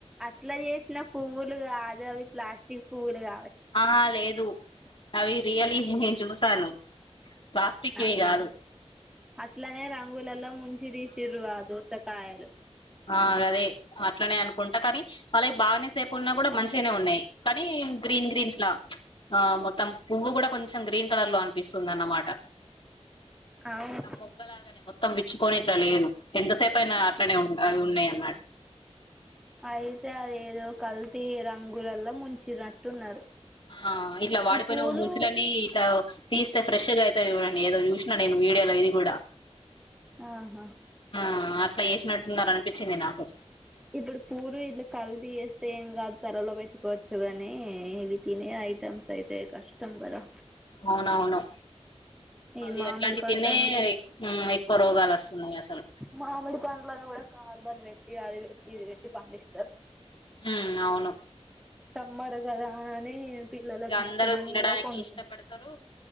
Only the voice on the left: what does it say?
ఆహా లేదు అవి రియలీ నేను చూసాను ప్లాస్టిక్వి
కాదు
ఆ అదే అట్లానే అనుకుంటా కానీ వాళ్ళకి బాగానే సే ఉన్నా కూడా మంచిగానే ఉన్నాయి కానీ గ్రీన్ గ్రీన్లా ఆ మొత్తం పువ్వు కూడా కొంచెం గ్రీన్ కలర్ లో అనిపిస్తుంది అన్నమాట
మొగ్గ లాగనే మొ తం విచ్చుకొని ట్ల లేదు ఎంతసేపు అయినా అట్లానే అవి ఉన్నయ <inaudible>
ఆ ఇట్లా వాడిపోయిన
ముంచులన్నీ ఇట్లా తీస్తే ఫ్రేష్ అయితాయ్ చూడ ఏదో చూసినా నేను వీడియోలో ఇది కూడా
ఆ అట్లా వేసినట్టున్నారు అనిపిచ్చింది నాకు
అవునవును
అవి
అట్లాంటి
తినే హ్మ్. ఎక్కువ రోగాలు వస్తున్నాయి అసలు
మ్ అవును
ఇక అందరు
తినడానికి
ఇష్టపడతారు